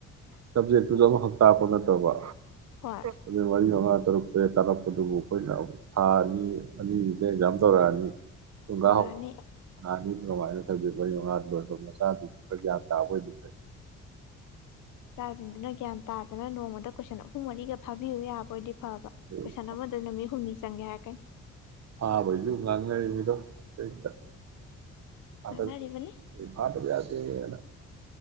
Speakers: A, on the right; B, on the left.
A: ꯁꯞꯖꯦꯛꯇꯨꯁꯨ ꯑꯃꯨꯛꯈꯛ ꯇꯥꯛꯄ ꯅꯠꯇꯕ
B: ꯍꯣꯏ
A: ꯑꯗꯨꯗꯦꯚꯏ ꯍꯂ ꯇꯔꯨꯛꯛꯇꯔꯦꯠ ꯇꯥꯔꯛꯄꯗꯨꯕꯨ ꯑꯩꯈꯣꯏꯅ ꯊꯥ ꯑꯅꯤ ꯑꯅꯤꯗ ꯑꯦꯛꯖꯥꯝ ꯇꯧꯔꯛꯑꯅꯤ ꯊꯒ
B: ꯇꯧꯔꯛꯑꯅꯤ
A: ꯅꯅꯤ ꯄ ꯍꯥꯠ ꯃ ꯁꯥ ꯌꯥꯗꯥꯕꯣꯏꯕꯤꯈꯦ
B: ꯏꯆꯥꯁꯤꯡꯗꯨꯅ ꯒ꯭ꯌꯥꯟ ꯇꯥꯗꯅ ꯅꯣꯡꯃꯗ ꯀꯣꯏꯁꯜꯂꯛꯎ ꯍꯨꯡꯃꯔꯤꯒꯦꯕꯤꯤ ꯍꯋꯏ ꯑꯕꯣꯏꯗꯤ ꯐꯕ
A: ꯑꯗꯩ
B: ꯀꯣꯏꯁꯟ ꯑꯃꯗ ꯅꯨꯃꯤꯠ ꯍꯨꯝꯅꯤ ꯆꯪꯒ꯭ꯌꯥ ꯍꯥꯏꯀ
A: ꯍꯥꯥꯕꯩꯖ ꯉꯥꯡ ꯉ ꯃꯤꯗꯣ ꯀ ꯐꯇ
B: ꯉꯥꯡꯅꯔꯤꯕꯅꯤ
A: ꯐꯥꯇ ꯄꯁꯦꯅ